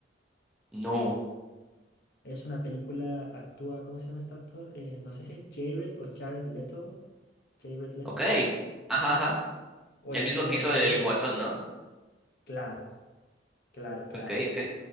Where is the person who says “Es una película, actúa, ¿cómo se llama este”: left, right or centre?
Left